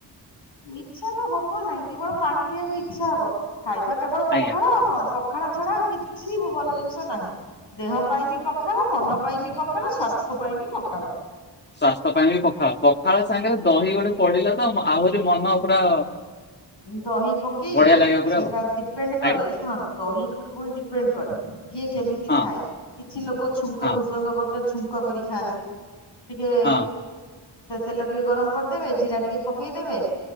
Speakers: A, on the left; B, on the left.
A: ଇଚ୍ଛା ତ ହବ ନାଇଁ କେବଳ ପାଣି ପିଇବାକୁ ଇଚ୍ଛା ହବ ଖାଇବା କେବଳ ପଖାଳ
B: ଆଜ୍ଞା।
A: ଆଉ କଣ ପ ପଖାଳ ଛଡା କିଛି ବି ଭଲ ଜିନିଷ ନାହିଁ ଦେହ ପାଇଁ ବି ପଖାଳ ମନ ପାଇଁ ବି ପଖା ପଖାଳ ସ୍ୱାସ୍ଥ୍ୟ ପାଇଁ ବି ପଖାଳ।
B: ସ୍ୱାସ୍ଥ୍ୟ ପାଇଁ ବି ପଖାଳ ପଖାଳ ସାଙ୍ଗରେ ଦହି ଗୋଟେ ପଡିଲା ତ ଆହୁରି ମନ ପୁରା
A: ମୁଁ ଦହି ପକେଇବେ
B: ବଢିଆ ଲାଗିବ ପୁରା
A: ସେଇଟା
B: ଆଉ
A: ଡିପେଣ୍ଡ କରେ
B: ଆଜ୍ଞା
A: ଶୁଣନ୍ତୁ ଦହିକୁ ପୁଣି ଡିପେଣ୍ଡ କରେ କିଏ କେମିତି
B: ହଁ
A: ଖାଏ କିଛି ଲୋକ ଛୁଙ୍କ
B: ହଁ
A: ଭୃସଙ୍ଗ ପତ୍ର ଛୁ ପୋକ କରି ଖାଆନ୍ତି ଟିକେ
B: ହଁ
A: ତେଲ ଟିକେ ଗରମ କରିଦେବେ ଜିରା ଟିକେ ପକେଇଦେବେ